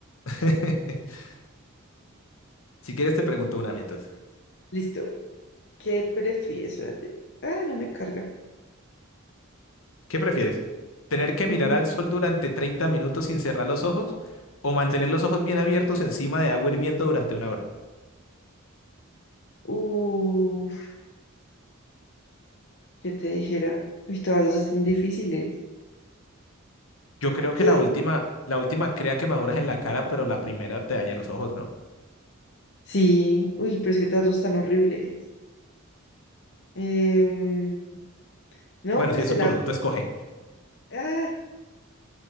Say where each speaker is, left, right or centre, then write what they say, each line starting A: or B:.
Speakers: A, on the left; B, on the left.
A: <laughs> Si quieres te pregunto una mientras.
B: Listo. ¿Qué prefieres? Espérate. Ah, no me carga.
A: ¿Qué prefieres? ¿Tener que
B: Mm,
A: mirar al sol durante 30 minutos sin cerrar los ojos o mantener los ojos bien abiertos encima de agua hirviendo durante una hora?
B: uf, ¿qué te dijera? Uy, todas dos están difíciles.
A: Yo creo que
B: Entonces,
A: la última, la última crea quemaduras en la cara, pero la primera te daña los ojos, ¿no?
B: sí, uy, pero es que todas dos están horribles. Em, no,
A: Bueno,
B: pues
A: si es
B: se
A: tu
B: la...
A: turno, tú escoge.
B: Ah,